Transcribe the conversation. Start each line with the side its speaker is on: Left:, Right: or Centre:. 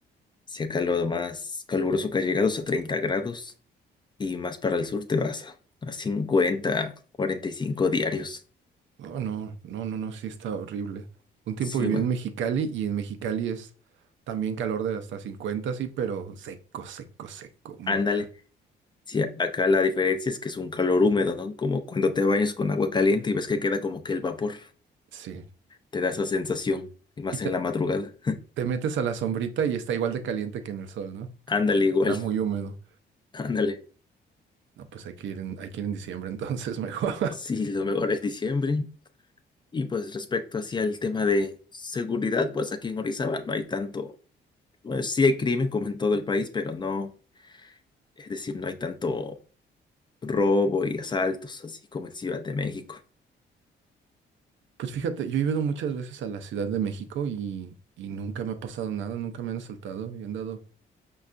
Left: Si acá lo más caluroso que ha llegado es a 30 grados y más para el sur te vas a, a cincuenta, cuarenta y cinco diarios.
Right: Oh, no, no, no, no, sí está horrible. Un tiempo
Left: Sí,
Right: viví
Left: man,
Right: en Mexicali y en Mexicali es también calor de hasta 50, sí, pero seco, seco, seco, mortal.
Left: ándale. Sí, a- acá la diferencia es que es un calor húmedo, ¿no? Como cuando te bañas con agua caliente y ves que queda como que el vapor.
Right: Sí.
Left: Te da esa sensación, y más
Right: Y te,
Left: en la madrugada.
Right: te metes a la sombrita y está igual de caliente que en el sol, ¿no?
Left: <laughs> Ándale
Right: Está
Left: igual,
Right: muy húmedo.
Left: ándale.
Right: No, pues hay que ir en, hay que ir en diciembre entonces <laughs> mejor.
Left: Sí, lo mejor es diciembre. Y pues respecto hacia el tema de seguridad, pues aquí en Orizaba no hay tanto, pues sí hay crimen como en todo el país, pero no, es decir, no hay tanto robo y asaltos así como en Ciudad de México.
Right: Pues fíjate, yo he ido muchas veces a la Ciudad de México y, y nunca me ha pasado nada, nunca me han asaltado y he andado